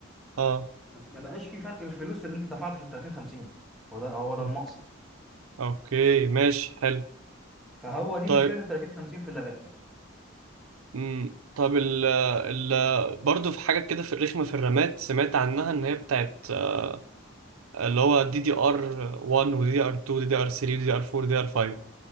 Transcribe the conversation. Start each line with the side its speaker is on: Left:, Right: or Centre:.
Right: اه
Centre: ما بقاش في فرق الفلوس اللي انت دفعته في ال 30 50 هو ده هو ده
Right: اه.
Centre: المقصد
Right: اوكي ماشي حلو
Centre: فهو دي
Right: طيب
Centre: مشكله ال 30 50 في اللابات يعني
Right: امم طب ال ال برضه في حاجة كده في الرخمة في الرامات سمعت عنها ان هي بتاعت آه، اللي هو دي دي ار 1 ودي دي ار 2 ودي دي ار 3 ودي دي ار 4 ودي دي ار 5